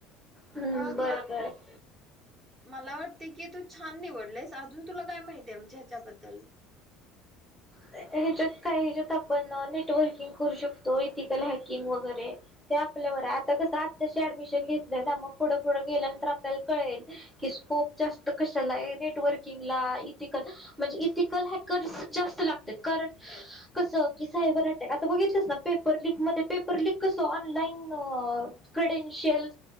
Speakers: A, in the centre; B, on the right.
A: हम्म
B: मग
A: बरं बरं
B: मला वाट <unintelligible> तू छान निवडलस अजून तुला काय माहितीय म्हणजे ह्याच्याबद्दल
A: ह्याच्यात काय ह्याच्यात आपण नेटवर्किंग करू शकतो इथे केली हॅकिंग वगैरे ते आपल्यावर आहे
B: हा
A: आता कसात आता शी ऍडमिशन घेतलंय ना मग पुढे पुढे गेल्यानंतर आपल्याला कळेल कि स्कोप जास्त कशाला नेटवर्किंग ला <unintelligible> म्हणजे इथिकल हॅकर्स जास्त लागतात ना कारण कस की सायबर अटॅक आता बघितलं ना पेपर लिक म पेपरलीिक कस ऑनलाईन क्रेडेनशियल